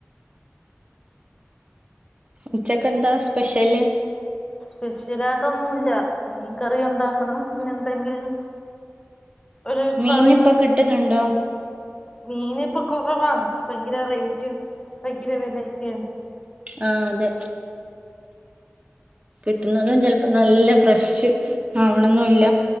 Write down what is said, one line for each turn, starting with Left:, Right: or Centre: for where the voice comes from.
Right: ഉച്ചക്ക് എന്താ സ്പെഷ്യല്
Left: സ്പെഷ്യലായിട്ടൊന്നുമല്ല മീൻ കറി ഉണ്ടാക്കണം പിന്നെ എന്തെങ്കിലും ഒരു
Right: മീനിപ്പൊ
Left: കറി കറി
Right: കിട്ടുന്നുണ്ടോ
Left: മീൻ ഇപ്പൊ കുറവാണ് ഭയങ്കര റേറ്റും <unintelligible> കിര വേദനിക്കെന്ന്
Right: ആഹ അതെ കിട്ടുന്നതും ചിലപ്പോ നല്ല ഫ്രഷ് ആവണന്നുംല്ല